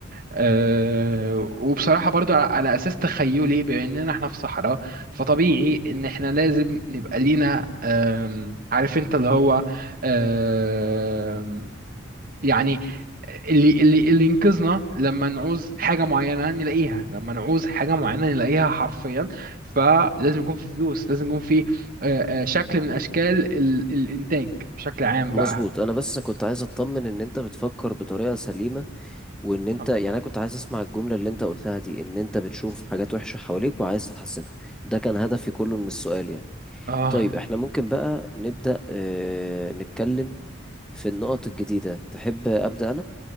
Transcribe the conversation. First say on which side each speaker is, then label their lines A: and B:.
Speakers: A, on the right (about 45°); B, in the centre.
A: أه وبصراحة برضو على على أساس تخيلي بأننا احنا في صحراء فطبيعي إن احنا لازم نبقى لينا أم، عارف انت اللي هو أم، يعني اللي اللي اللي ينقذنا لما نعوز حاجة معينة نلاقيها لما نعوز حاجة معينة نلاقيها حرفيا فلازم يكون في فلوس لازم يكون في أه، أه، شكل من أشكال ال- الإنتاج بشكل عام
B: مظبوط
A: بقى
B: أنا بس كنت عايز أطمن إن أنت بتفكر بطريقة سليمة وان انت
A: اه
B: يعني انا كنت عايز اسمع الجملة اللي انت قلتها دي ان انت بتشوف حاجات وحشة حواليك وعايز تحسنها ده كان هدفي كله من السؤال يعني
A: آه.
B: طيب احنا ممكن بقى نبدأ اه نتكلم في النقط الجديدة تحب أبدأ انا